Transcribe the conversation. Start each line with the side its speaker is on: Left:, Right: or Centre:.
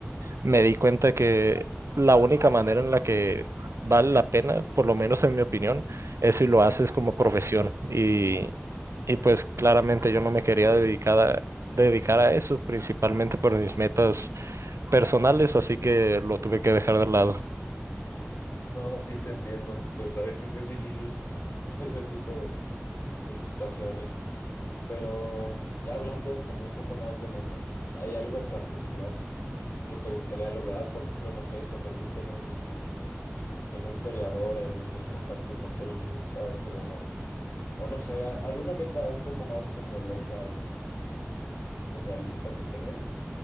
Right: me di cuenta que la única manera en la que vale la pena, por lo menos en mi opinión, es si lo haces como profesión. Y, y pues claramente yo no me quería dedicar a, dedicar a eso, principalmente por mis metas personales, así que lo tuve que dejar de lado.
Left: No, sí, te entiendo. Pues a veces es difícil <laughs> ese tipo de, de situaciones. Pero ya hablando como un poco más de metas, ¿hay algo en particular que te gustaría lograr? Por ejemplo, no sé, convertirte en un, en un peleador en las artes marcialistas o, o no sé, a- alguna meta un poco más como loca y, y surrealista que tengas.